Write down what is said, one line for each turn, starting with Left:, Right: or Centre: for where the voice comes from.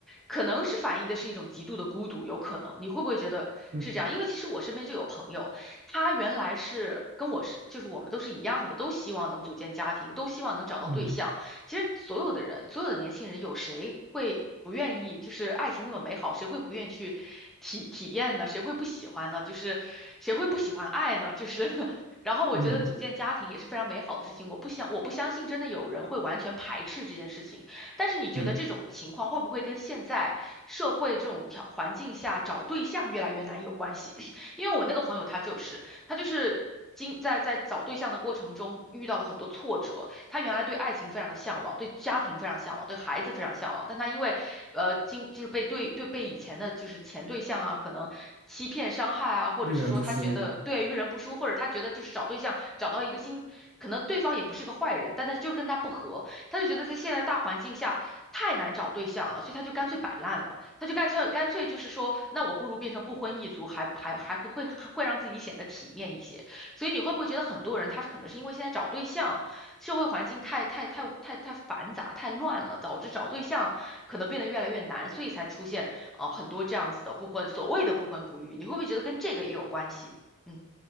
Centre: 可能是反映的是一种极度的孤独，有可能，你会不会觉得是这样？
Right: 嗯
Centre: 因为其实我身边就有朋友，他原来是跟我是，就是我们都是一样的，都希望能组建家庭，都希望能找到对象。
Right: 嗯
Centre: 其实所有的人，所有的年轻人，有谁会不愿意？就是爱情那么美好，谁会不愿意去体体验呢？谁会不喜欢呢？就是谁会不喜欢爱呢？就是 <laughs> 然后我觉得组建家庭也是非常美好的事情。
Right: 嗯
Centre: 我不相我不相信真的有人会完全排斥这件事情。但是你觉得这种情况会不会跟现在社会这种条环境下找对象越来越难有关系？
Right: 嗯，
Centre: <coughs> <clears throat> 因为我那个朋友他就是他就是。经在在找对象的过程中遇到了很多挫折，他原来对爱情非常的向往，对家庭非常向往，对孩子非常向往，但他因为呃经就是被对对被以前的就是前对象啊，可能欺骗伤害啊，或者是说他觉得对遇人不淑，
Right: 遇人不淑。
Centre: 或者他觉得就是找对象找到一个新，可能对方也不是个坏人，但他就是跟他不合，他就觉得在现在大环境下太难找对象了，所以他就干脆摆烂了，他就干脆干脆就是说，那我不如变成不婚一族，还还还会会还会让自己显得体面一些。所以你会不会觉得很多人他可能是因为现在找对象，社会环境太太太太太繁杂、太乱了，导致找对象可能变得越来越难，所以才出现啊、呃很多这样子的不婚，所谓的不婚不育，你会不会觉得跟这个也有关系？嗯